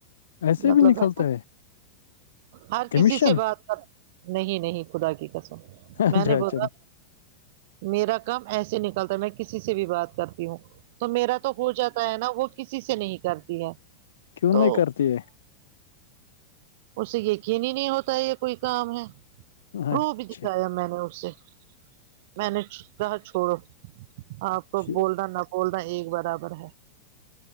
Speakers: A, on the left (about 65°); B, on the right (about 50°).
A: ایسے
B: مطلب
A: بھی نکلتا
B: ہے ہر
A: کمیشن
B: کسی سے بات کر نہیں نہیں خدا کی کسم میں
A: اچھا
B: نے
A: اچھا
B: بولا میرا کام ایسے نکلتا ہے میں کسی سے بھی بات کرتی ہوں تو میرا تو ہو جاتا ہے نا وہ کسی سے نہیں کرتی ہے
A: کیوں
B: تو
A: نہیں کرتی ہے
B: اس سے یقین ہی نہیں ہوتا یہ کوئی کام ہے پروف
A: اچھا
B: دکھایا میں نے اس سے میں نے کہا چھوڑو آپ
A: اچھا
B: کو بولنا نہ بولنا ایک برابر ہے